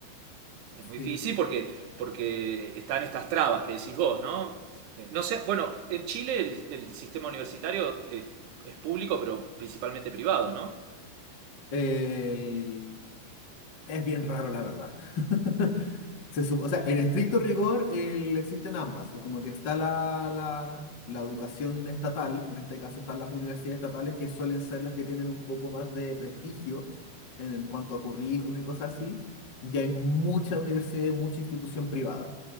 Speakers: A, on the right; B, on the left.
A: Es muy
B: Sí.
A: difícil sí, porque, porque están estas trabas que decís vos, ¿no? Eh, no sé, bueno, en Chile el, el sistema universitario es, es público, pero principalmente privado, ¿no?
B: El- Es bien raro, la verdad. <laughs> Se sup- o sea, en estricto rigor el- existen ambas. Es Como que está la, la, la educación estatal, en este caso están las universidades estatales, que suelen ser las que tienen un poco más de prestigio en, en cuanto a currículum y cosas así. Y hay mucha universidad y mucha institución privada.